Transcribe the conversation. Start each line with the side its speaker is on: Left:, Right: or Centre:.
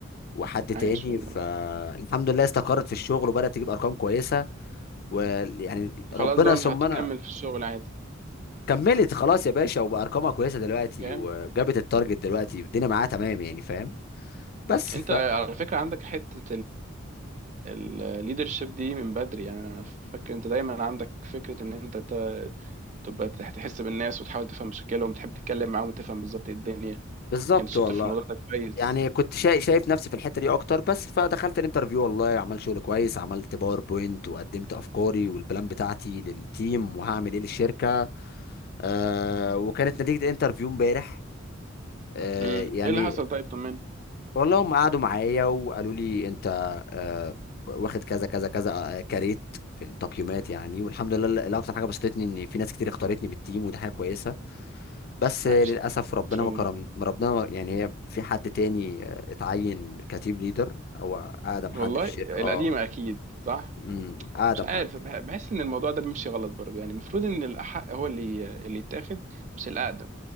Left: وحد
Right: عايش
Left: تاني
Right: والله
Left: فالحمد لله استقرت في الشغل وبدات تجيب ارقام كويسه ويعني ربنا
Right: خلاص بقى
Left: ثم
Right: مش هتكمل
Left: انا
Right: في الشغل عادي
Left: كملت خلاص يا باشا وبارقامها كويسه دلوقتي
Right: جامد
Left: وجابت التارجت دلوقتي الدنيا معاها تمام يعني فاهم بس
Right: انت على فكره عندك حته الليدرشيب دي من بدري يعني انا فاكر انت دايما عندك فكره ان انت ت- تبقى تحس بالناس وتحاول تفهم مشاكلهم وتحب تتكلم معاهم وتفهم بالظبط ايه الدنيا يعني
Left: فبالظبط
Right: انت شاطر
Left: والله
Right: في الموضوع ده كويس
Left: يعني كنت شايف شايف نفسي في الحته دي اكتر بس فدخلت الانترفيو والله عملت شغل كويس عملت باوربوينت وقدمت افكاري والبلان بتاعتي للتيم وهعمل ايه للشركه آه وكانت نتيجه الانترفيو امبارح آه
Right: امم
Left: يعني
Right: ايه اللي حصل طيب طمني
Left: والله هم قعدوا معايا وقالوا لي انت آه، واخد كذا كذا كذا آه، كاريت في التقييمات يعني والحمد لله ال- الاكتر حاجه بسطتني ان في ناس كتير اختارتني بالتيم ودي حاجه كويسه بس
Right: عايش
Left: للاسف ربنا
Right: والله
Left: ما كرم ربنا ما يعني هي في حد تاني آه، اتعين كتيم ليدر او اقدم
Right: والله
Left: حد في الشركه اه
Right: القديمه اكيد صح
Left: امم اقدم
Right: مش عارف
Left: حد
Right: بح- بحس ان الموضوع ده بيمشي غلط برضه يعني المفروض ان الاحق هو اللي اللي يتاخد مش الاقدم